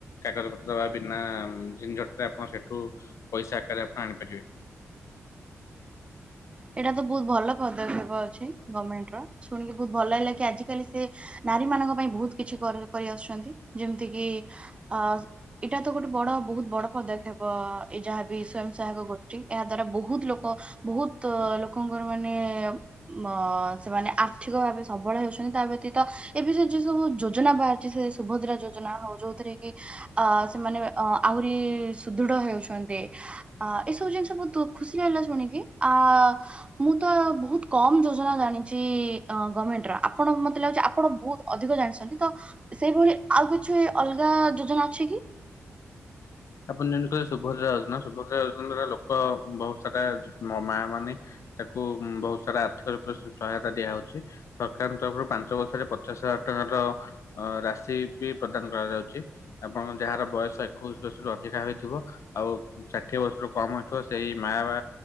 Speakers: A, on the left; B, on the right.
A: କାଗଜ ପତ୍ର ବା ବିନା ଉମ ଜିନଝଟକା ଆପଣ ସେଠୁ ପଇସା ଆକାରରେ ଆପଣ ଆଣିପାରିବେ।
B: ଏଇଟା ତ ବହୁତ ଭଲ ପଦକ୍ଷେପ ଅଛି ଗଭର୍ଣ୍ଣମେଣ୍ଟ ର ଶୁଣିକି ବହୁତ ଭଲ ହେଲା କି ଆଜିିକାଲି ସେ ନା ନାରୀ ମାନଙ୍କ ପାଇଁ ବହୁତ କିଛି କରି କରିଆସୁଛନ୍ତି। ଯେମିତିକି ଆ ଇଟା ତ ଗୋଟେ ବଡ ବ ବହୁତ ବଡ ପଦକ୍ଷେପ ଏ ଯାହାବି ସ୍ଵୟଂ ସହାୟକ ଗୋଷ୍ଠୀ, ଏହା ଦ୍ଵାରା ବହୁତ ଲୋକ ବହୁତ ତ ଲୋକଙ୍କର ମାନେ ଅ ସେମାନେ ଆର୍ଥିକ ଭାବେ ସବଳ ହେଉଛନ୍ତି ତା ବ୍ୟତୀତ ଏବେ ଯେ ଯେ ସବୁ ଯୋଜନା ବାହାରିଛି ସେ ସୁଭଦ୍ରା ଯୋଜନା ହଉ ଯୋଉଥିରେ କି ଅ ସେମାନେ ଅ ଆହୁରି ସୁଦୃଢ ହେଉଛନ୍ତି। ଅ ଏସବୁ ଜିନିଷ ବହୁତ ଖୁସି ଲାଗିଲା ଶୁଣିକି। ଆ ମୁଁ ତ ବହୁତ କମ ଯୋଜନା ଜାଣିଛି ଅ ଗଭମେଣ୍ଟର ଆପଣ ମତେ ଲାଗୁଛି ଆପଣ ବହୁତ ଅଧିକ ଜାଣିଛନ୍ତି ତ ସେଇଭଳି ଆଉ କିଛି ଅଲଗା ଯୋଜନା ଅଛି କି?
A: ଆପଣ ଜଣି କହିଲେ ସୁଭଦ୍ରା ଯୋଜନା ସୁଭଦ୍ରା ଯୋଜ <unintelligible> ଲୋକ ବହୁତ ସାରା ମ ମା ମାନେ ତାକୁ ଉଁ ବହୁତ ସାରା ଆର୍ଥିକ ରୂପେ ସ ସହା ୟତା ଦିଆ ହଉଛି ସରକାରଙ୍କ ତରଫରୁ ପାଞ୍ଚ ବର୍ଷରେ ପଚାଶ ହଜାର ଟଙ୍କାର ଅଁ ରାଶି ବି ପ୍ରଦା କରାଯାଉଛି ଆପଣ ଙ୍କ ଯାହାର ବୟସ ଏକୋଇଶ ବର୍ଷରୁ ଅଧିକା ହୋଇଥିବ ଆଉ ଷାଠିଏ ବର୍ଷରୁ କମ ହୋଇଥିବ ସେଇ ମା ବା